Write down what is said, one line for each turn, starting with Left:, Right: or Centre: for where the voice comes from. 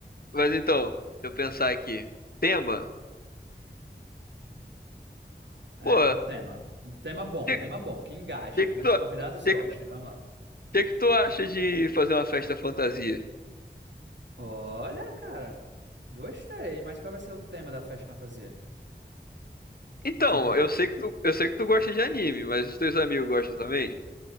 Left: Mas então, deixa eu pensar aqui. Tema?
Right: É,
Left: Pô,
Right: um tema. Um tema bom,
Left: que,
Right: um tema bom, que engaje,
Left: que,
Right: que
Left: que,
Right: os
Left: tu,
Right: convidados
Left: que,
Right: gostem. Vamos lá.
Left: que que tu acha de fazer uma festa fantasia?
Right: Olha, cara, gostei, mas qual vai ser o tema da festa fantasia?
Left: Então,
Right: Tipo,
Left: eu sei que tu, eu sei que tu gosta de anime, mas os teus amigos gostam também?